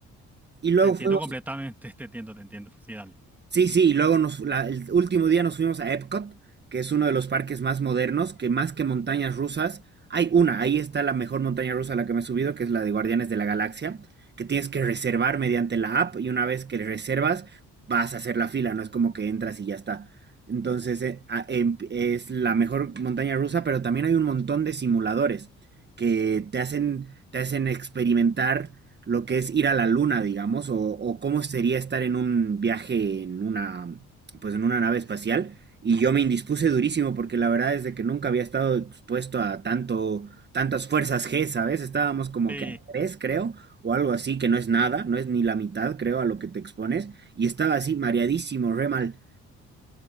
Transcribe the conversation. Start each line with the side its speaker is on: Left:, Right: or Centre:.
Right: Y luego
Centre: te entiendo
Right: fue
Centre: completamente, <laughs> te entiendo, te entiendo. Sí, dale.
Right: Sí, sí, y luego nos, la- el último día nos fuimos a Epcot, que es uno de los parques más modernos, que más que montañas rusas, hay una, ahí está la mejor montaña rusa a la que me he subido, que es la de Guardianes de la Galaxia, que tienes que reservar mediante la app y una vez que reservas vas a hacer la fila, no es como que entras y ya está. Entonces eh, a- em- es la mejor montaña rusa, pero también hay un montón de simuladores que te hacen, te hacen experimentar lo que es ir a la luna, digamos, o, o cómo sería estar en un viaje en una, pues en una nave espacial. Y yo me indispuse durísimo porque la verdad es de que nunca había estado expuesto a tanto, tantas fuerzas G, ¿sabes? Estábamos como
Centre: Sí,
Right: que a tres, creo, o algo así, que no es nada, no es ni la mitad, creo, a lo que te expones. Y estaba así, mareadísimo, re mal.